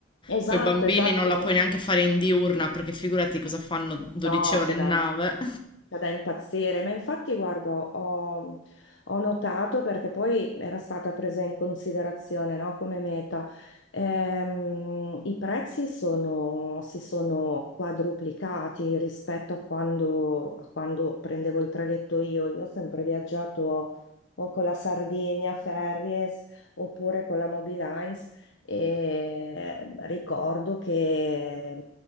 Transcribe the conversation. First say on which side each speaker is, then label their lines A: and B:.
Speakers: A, on the left; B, on the left.
A: esatto,
B: coi bambini
A: esatto.
B: non la puoi neanche fare in diurna perché figurati cosa fanno 12
A: No,
B: ore
A: c'è
B: in
A: da...
B: nave.
A: Cioè, da impazzire, ma infatti, guardo, ho, ho notato perché poi era stata presa in considerazione, no, come meta. Ehm, i prezzi sono, si sono quadruplicati rispetto a quando, a quando prendevo il traghetto io. Io ho sempre viaggiato o con la Sardinia Ferries oppure con la Mobilines e ricordo che